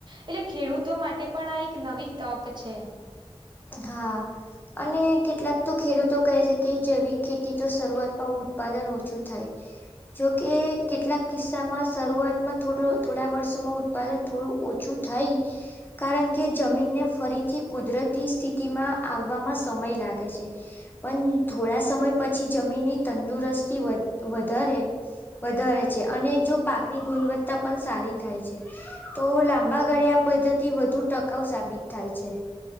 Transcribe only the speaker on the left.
હા અને કેટલાક તો ખેડૂતો કહે છે કે જૈવિક ખેતી તો શરૂઆતમાં ઉત્પાદન ઓછું થાય. જોકે કેટલાક કિસ્સામાં શરૂઆતમાં થોડ થોડા વર્ષોમાં ઉત ઉત્પાદન થોડું ઓછું થાઈ કારણ કે જમીનને ફરીથી કુદરતી સ્થિ તી માં આવવામાં સમય લાગે છે. પન, થોડા સમય પછી જમીનની તંદુરસ્તી વધ, વધારે વધારે છે, અને જો પાકની ગુનવત્તા પન સારી થાય છે. તો લાંબા ગાળે આ પદ્ધતિ વધુ ટકાઉ સાબિત થાય છે.